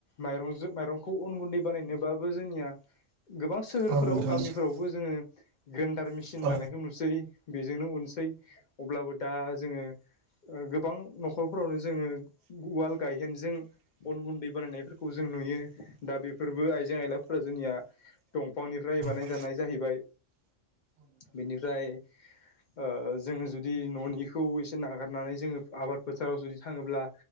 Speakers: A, on the left; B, on the right.
A: माइरंजों माइरंखौ अन गुन्दै बानायनोबाबो जोंनिया गोबां सोहोरफोराव
B: औ नोंथां
A: गामिफोरावबो
B: औ नोंथां औ नोंथां औ
A: जोङो ग्रेन्डार मेसिन
B: नोंथां
A: लानायखौ नुसै बेजोंनो अनसै दा- जोङो गोबां न'खरफोरावनो जोङो उ- उवाल गायहेनजों अन गुन्दै बानायनायफोरखौ जों नुयो दा बेफोरबो आइजें आइलाफोरा जोंनिया दंफांनिफ्राय बानाय
B: औ
A: जानाय जाहैबाय बिनिफ्राय ओ- जोङो जु- दि- न'निखौ नारनानै जोंङो आबाद फोथाराव जुदि थाङोब्ला